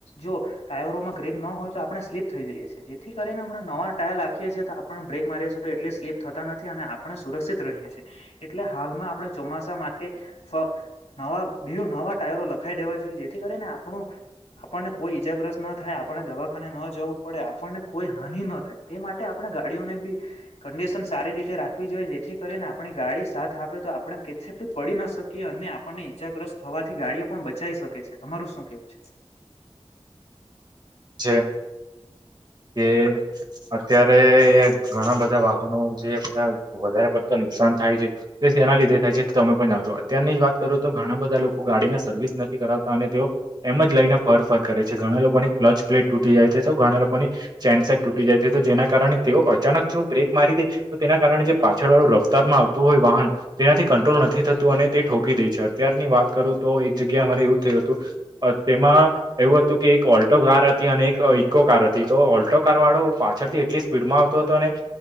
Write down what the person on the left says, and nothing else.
જો ટાયરોમાં ગપ ન હોય તો આપણે સ્લીપ થઈ જઈએીએ જેથી કરીને નવા ટાયર લખીએ છીએ તો આપણે બ્રેક મારીએ છીએ તો એટલી સ્લીપ થતા નથી અને આપણે સુરક્ષિત રહીએ છીએ એટલે હાલમાં આપણે ચોમાસા માટે ન બીજું નવા ટાયરો નખાઈ દેવા જોઈએ જેથી કરીને આપણું આપણને કોઈ ઈજાગ્રસ્ત ના થાય આપણને દવાખાને ન જવું પડે આપણને કોઈ હાનિ ન તે માટે આપણે ગાડીઓને બી કડિશન સારી રીતે રાખવી જોઈએ જેથી કરીને આપણી ગાડી સા તો આપણે કેી પડી ના શકીએ અને આપણને ઈજાગ્રસ્ત થવાથી ગાડીઓ પણ બચી શકે છે તમારું શું કેવું છે